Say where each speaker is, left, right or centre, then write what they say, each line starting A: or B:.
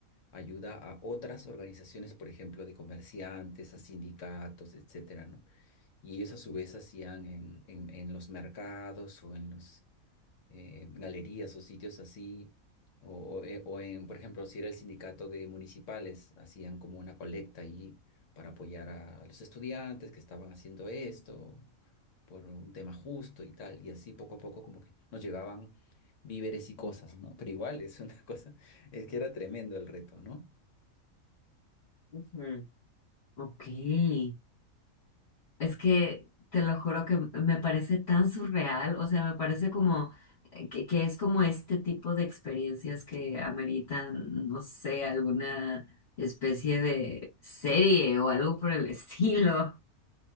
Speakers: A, on the left; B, on the left.
A: ayuda a otras organizaciones, por ejemplo, de comerciantes, a sindicatos, etcétera, ¿no? Y ellos a su vez hacían en, en- en los mercados o en los eh, galerías o sitios así, o, o, eh, o en, por ejemplo, si era el sindicato de municipales, hacían como una colecta ahí para apoyar a, a los estudiantes que estaban haciendo esto por un tema justo y tal. Y así poco a poco como que nos llegaban víveres y cosas, ¿no? Pero igual es una <laughs> cosa, es que era tremendo el reto, ¿no?
B: Ujú. Ok. Es que te lo juro que me parece tan surreal, o sea, me parece como eh, que, que es como este tipo de experiencias que ameritan, no sé, alguna especie de serie o algo por el <laughs> estilo.